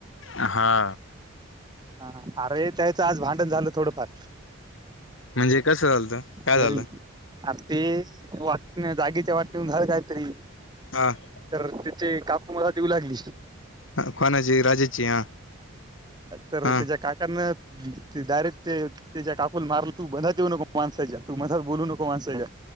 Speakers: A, on the left; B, on the right.
A: हा
B: ह अरे त्याचं आज भांडण झालं थोडंफार.
A: म्हणजे कसं झालतं काय
B: घरी
A: झालं
B: आर ते वा जागेच्या वाटवर झालं काहीतरी
A: हा
B: तर त्याचे काकू मला देऊ लागली.
A: ह कोनाची राजेश ची हा,
B: तरर
A: हा
B: तझ्या काकान, डायरेक्ट ते त्याच्या काकूला मारलं तू बधात येऊ नको माणसायच्या तू मधत बोलू नको माणसायच्या.